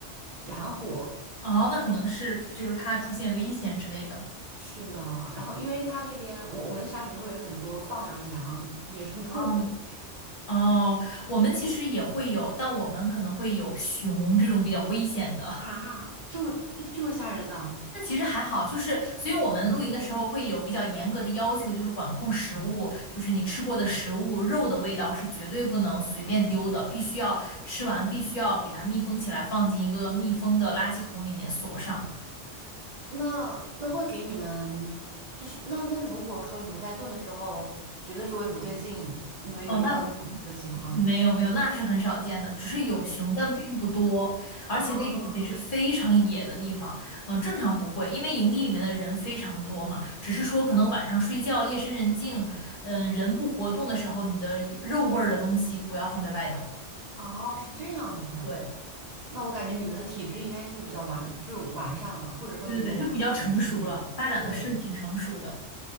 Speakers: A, on the right; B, on the left.
A: 燃火。
B: 哦，那可能是就是怕出现危险之类的。
A: 是的，然后因为它那边，我我们的山里面会有很多放养的羊、野生动物在那边
B: 哦哦，我们其实也会有，但我们可能会有熊这种比较危险的。
A: 啊，这么这么吓人的。
B: 那其实还好，就是所以我们露营的时候会有比较严格的要求，就是管控食物，就是你吃过的食物，肉的味道是绝对不能随便丢的，必须要吃完，必须要给它密封起来，放进一个密封的垃圾桶里面锁上。
A: 那那会给你们，就是那那如果说你们在炖的时候觉得周围不对劲，你们有遇到过这种类似的情况吗？
B: 哦，那不没有没有，那是很少见的，只是有熊，但并不多，而且那种得是非常野的地方，
A: 哦
B: 嗯、正常不会，因为营地里面的人非常多嘛，只是说可能晚上睡觉，夜深人静，嗯、人不活动的时候，你的肉味儿的东西不要放在外头。
A: 哦，是这样子的。
B: 对，
A: 那我感觉你们的体质应该就比较完，就是完善了，或者说你们的人都比较有经验，
B: 对对对，就比较成熟了，发展的是挺成熟的
A: 对，